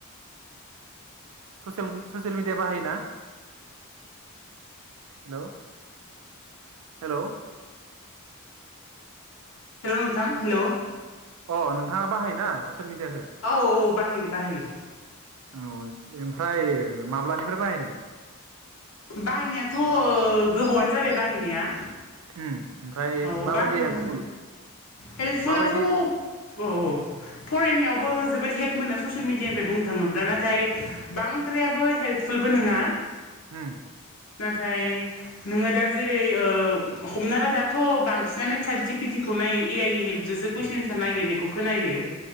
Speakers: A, on the right; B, on the left.
A: ससियेल मिडिया बाहायोना? हेलौ हेलौ
B: हेल' नोंथां हेल'।
A: अ नोंथाङा बाहाय ना ससियेल मिदियाखो?
B: औ बाहायो बाहायो
A: औ ओमफ्राय माब्लानिफ्राय बाहायनाय?
B: बाहायनायाथ'ओ गोबावआनो जाबाय बाहायनाया।
A: ओम ओमफ्राय
B: औ
A: माबायदि
B: बाह
A: हेल्पफुल?
B: हेल्पफुलाथ'
A: माबायदि
B: औ औ फरायनायावबो जोबोद हेल्प मोनो ससियेल मिडियानिफ्राय बुंनो थाङोब्ला नाथाय बांद्रायाबो हेल्पफुलबो नङा।
A: ओम
B: नाथाय नोङो दा जेरै हमना ला दाथ' बांसिनानो साट जिपिटि खौ नायो ए आइ नि हेल्पजोंसो कुइसन एन्सार नागिरनायखौ खोनायो।